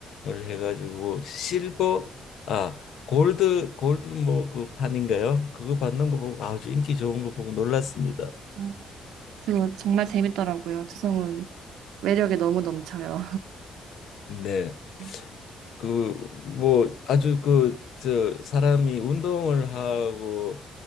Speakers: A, on the left; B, on the right.
A: 해가지고 실버 아 골드 골드 뭐 그 판인가요? 그거 받는 거 보고 아주 인기 좋은 거 보고 놀랐습니다.
B: 아, 그거 정말 재밌더라고요. 조성훈 매력에 너무 넘쳐요.
A: 네,
B: <laughs>
A: 그 뭐 아주 그 저 사람이 운동을 하고